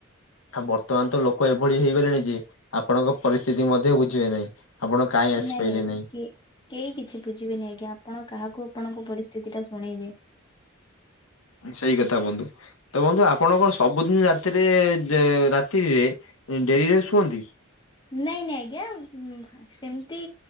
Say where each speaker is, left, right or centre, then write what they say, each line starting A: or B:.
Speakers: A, on the left; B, on the left.
A: ବର୍ତ୍ତମାନ ତ ଲୋକ ଏଭଳି ହେଇଗଲେଣି ଯେ ଆପଣଙ୍କ ପରିସ୍ଥିତି ମଧ୍ୟ ବୁଝିବେ ନାହିଁ ଆପଣ କାଇଁ ଆସି
B: ନାଇଁ
A: ପାଇଲେନାହିଁ
B: ଆଜ୍ଞା କି କେହି କିଛି ବୁଝିବେନି ଆଜ୍ଞା ଆପଣ କାହାକୁ ଆପଣଙ୍କ ପରିସ୍ଥିତି ଟା ଶୁଣେଇବେ।
A: ସେଇ କଥା ବନ୍ଧୁ ତ ବନ୍ଧୁ ଆପଣ କଣ ସବୁ ସବୁଦିନ ରାତିରେ ରାତିରେ ଡେରିରେ ଶୁଅନ୍ତି?
B: ନାଇଁ ନାଇଁ ଆଜ୍ଞା ସେମିତି